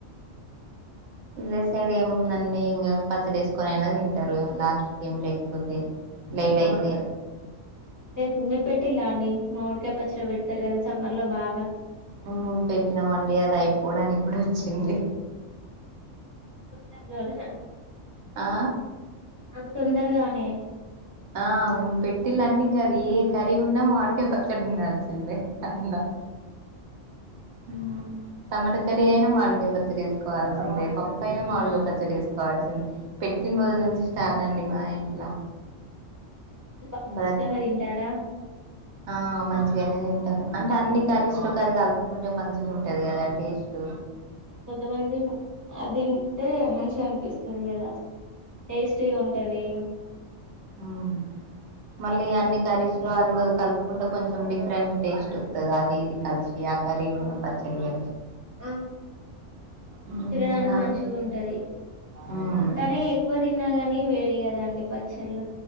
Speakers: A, on the right; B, on the left.
A: ఇల సైడ్ ఏముందండి ఇంకా పచ్చడిసుకొనై తింటరు లాస్ట్ ఏం లేకపోతే లేట్ అయితే
B: రేప్ మీరు పెట్టిలా అండి మామిడికాయ పచ్చ పెడతరు కదా సమ్మర్ లో బాగా
A: ఊ పెట్టినమండి అది అయిపోవడానికి కూడా వచ్చింది
B: తొందర్లోనే ఆ
A: ఆ
B: అంత తొందరగానే
A: ఆ ఇం పెటిలంటింకా ఏ కరీ ఉన్నా మామిడికాయ పచ్చడి ఉండాల్సిందే అండ్ల ఊ టమట కర్రీ అయినా మాడికయ పచ్చ తీసుకోవాల్సిందే పప్ప అయినా మాడికయ పచ్ చడి ఏసుకోవాల్సిందే పెట్టిన రోజు నుంచి స్టార్ట్ అండి మా ఇంట్ల
B: బాగా
A: బరత్
B: ఇష్టంగా తింటారా
A: ఆ ఆ మంచిగనే తింటాము అంటే అన్ని కర్రీస్లోకి అది కలుపుకుంటే మంచిగుంటది కదా టేస్ట్
B: కొంతమంది అది తింటే మంచిగా అనిపి స్తాది కదా టేస్ట్ ఉంటది
A: ఆమ్మ్ మళ్ళీ అన్ని కర్రీస్లో అది కలుపుకుంటే కొంచెం డిఫరెంట్ టేస్ట్ వత్తాది అది ఇది కలిసి సి ఆ కర్రీ ఉన్న పచ్చడి క
B: ఆ
A: మ్మ్
B: తినడానికి
A: నేను అదే
B: మంచిగుంటది
A: మ్మ్
B: కానీ ఎక్కువ తిన్నాగా ని వేడి కదా అండి పచ్చళ్ళు